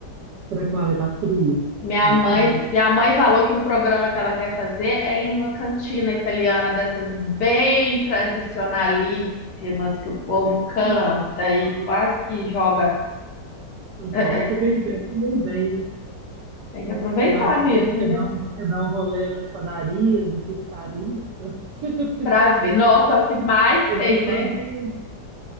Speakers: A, on the right; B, on the left.
A: Será que lá vai estar frio?
B: Minha
A: Deve
B: mãe,
A: estar, né?
B: minha mãe falou que um programa que ela quer fazer é ir numa cantina italiana dessas bem tradicionalíssimas que o povo
A: Isso é bom
B: canta
A: também. São
B: e
A: Paulo,
B: quase que joga.
A: São
B: <laughs>
A: Paulo ficou bem, bem- ficou bem. bem.
B: Tem que aproveitar
A: Max
B: mesmo,
A: falou que quer
B: né?
A: dar um, quer dar um rolê nas padarias e pizzarias pra <laughs>
B: Pra ver. Nossa, é o que mais
A: Pegar
B: tem,
A: os
B: né?
A: produtos,